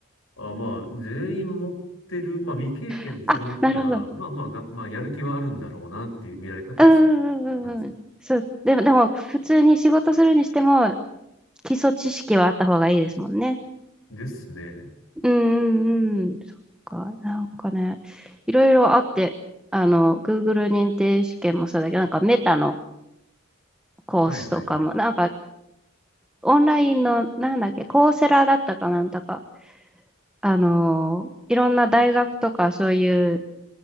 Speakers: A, on the left; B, in the centre.
A: あ、まあ、全員持ってる、まあ、未経験でそれ持ってたら、
B: <laughs> あ、なるほど。
A: まあまあが、まあ、やる気はあるんだろうなっていう見られ方をする
B: うんうんうんうん。
A: 感じですね。
B: そう。でも、でも普通に仕事するにしても基礎知識はあった方がいいですもんね。
A: ですね。
B: うんうんうん、そっか、なんかね、いろいろあって、あの、Google 認定試験もそうだけど、なんかメタのコースとかも、
A: はいはいはいはい。
B: なんかオンラインの、なんだっけ、コーセラだったかなんだか、あの、いろんな大学とかそういう、